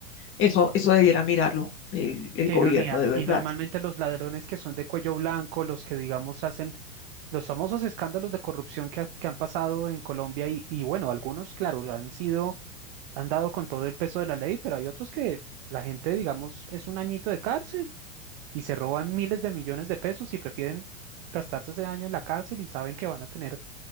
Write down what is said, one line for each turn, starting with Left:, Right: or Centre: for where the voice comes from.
Left: Eso, eso debiera mirarlo el, el
Right: Qué
Left: gobierno,
Right: ironía.
Left: de verdad.
Right: Y normalmente los ladrones que son de cuello blanco, los que digamos hacen los famosos escándalos de corrupción que, ha- que han pasado en Colombia y, y bueno, algunos, claro, han sido, han dado con todo el peso de la ley, pero hay otros que la gente, digamos, es un añito de cárcel y se roban miles de millones de pesos y prefieren gastarse ese año en la cárcel y saben que van a tener